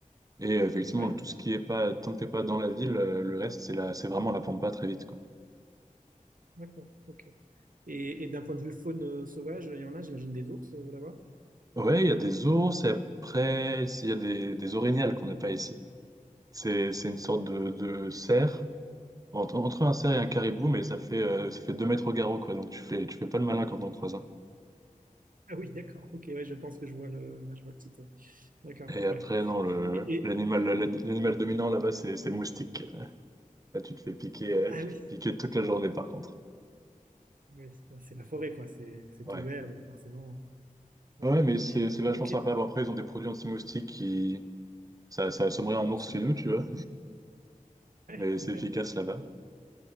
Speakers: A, on the right; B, on the right.
A: Et euh, effectivement,
B: ouais,
A: tout ce qui est pas, tant que t'es pas dans la ville, euh, le reste, c'est la, c'est vraiment la pampa très vite, quoi.
B: d'accord, ok. Et, et d'un point de vue faune euh, sauvage, il y en a, j'imagine, des ours euh, là-bas?
A: Ouais, il y a des ours, et après, c'est- il y a des, des orignales qu'on n'a pas ici. C'est, c'est une sorte de, de cerf, entre, entre un cerf et un caribou, mais ça fait, euh, ça fait deux mètres au garrot, quoi. Donc tu fais, tu fais pas le malin quand on croise un.
B: Ah oui, d'accord. Ok, ouais, je pense que je vois le, ouais, je vois le type. ouais. D'accord.
A: Et
B: Ouais.
A: après, non, le,
B: Et, et-
A: l'animal, la- la- l'animal dominant là-bas, c'est, c'est le moustique. Là, tu te fais piquer, euh,
B: ah
A: tu te
B: oui,
A: fais piquer toute la journée, par contre.
B: ouais, c'est la forêt, quoi. C'est c'est
A: Ouais.
B: tout vert, donc forcément. Ouais.
A: Ouais, mais c'est c'est vachement
B: Ok.
A: sympa. Bon, après, ils ont des produits anti-moustiques qui. Ça, ça assommerait un
B: Donc,
A: ours
B: sur-
A: chez nous, tu vois.
B: ouais.
A: Mais c'est efficace
B: <laughs>
A: là-bas.